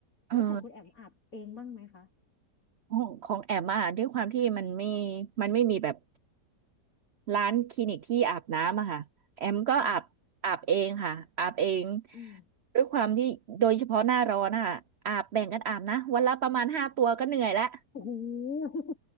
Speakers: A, on the right; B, on the left.
A: เออ
B: แล้วของคุณแอมอาบเองบ้างไหมคะ
A: ของของแอมอ่ะด้วยความที่มันไม่มันไม่มีแบบร้านคลินิกที่อาบน้ำอะค่ะแอมก็อาบอาบเองค่ะอาบเอง
B: ค่ะอืม
A: ด้วยความที่โดยเฉพาะหน้าร้อนอะอาบแบ่งกันอาบนะวันละประมาณห้าตัวก็เหนื่อยแล้ว
B: โอ้โห <laughs>